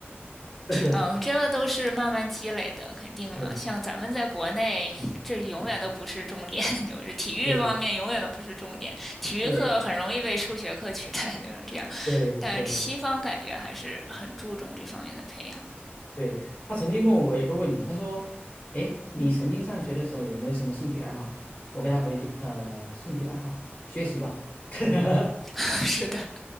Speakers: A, on the left (about 30°); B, in the centre.
A: <laughs> 真的，
B: 嗯，这个都是慢慢积累的，肯定了。
A: 对，
B: 像咱们在国内，这永远都不是重点，
A: 嗯
B: <laughs> 就是体育方面永远都不是重点。
A: 对
B: 体育课很容易被数学课取代，
A: 对
B: 就是这样。
A: 对对
B: 但西方感觉还是很注重这方面的培养。
A: 对，她曾经问我一个问题，她说，诶，你曾经上学的时候有没有什么兴趣爱好？我跟她回，呃，兴趣爱好，学习吧。<laughs>
B: <laughs> 是的，